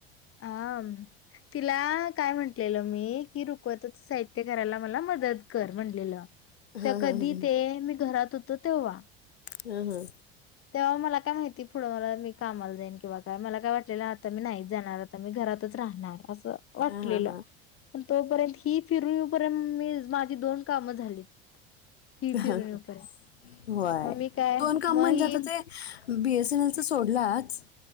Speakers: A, on the left; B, on the left.
A: हा. तुला काय म्हंटलेलं मी की रुकवतच साहित्य करायला मला मदत कर म्हटलेलं.
B: हा
A: तर कधी
B: हा हा
A: ते मी घरात होतो तेव्हा.
B: हा हा.
A: तेव्हा मला काय माहिती पुढं मला मी कामाला जाईन किंवा काय मला काय वाटलेलं आता मी नाहीच जाणार. आता मी घरातच राहणार असं वाटलेलं.
B: हा हा हा
A: प तोपर्यंत ही फिरून येपर्यंत मी माझी दोन कामं झालीत. ही
B: होय
A: फिरून येऊपर्यंत
B: व्हय
A: मग मी काय
B: दोन काम
A: मग
B: म्हणजेत
A: ही
B: ते. बी एस एन एल च सोडलाच.